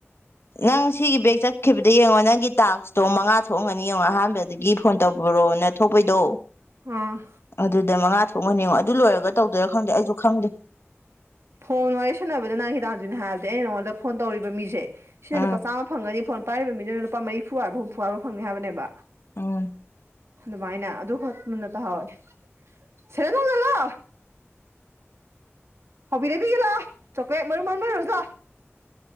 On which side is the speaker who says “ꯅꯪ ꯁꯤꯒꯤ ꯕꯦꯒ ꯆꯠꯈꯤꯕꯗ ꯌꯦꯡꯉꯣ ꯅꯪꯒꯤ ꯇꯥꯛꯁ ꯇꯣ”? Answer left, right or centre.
Left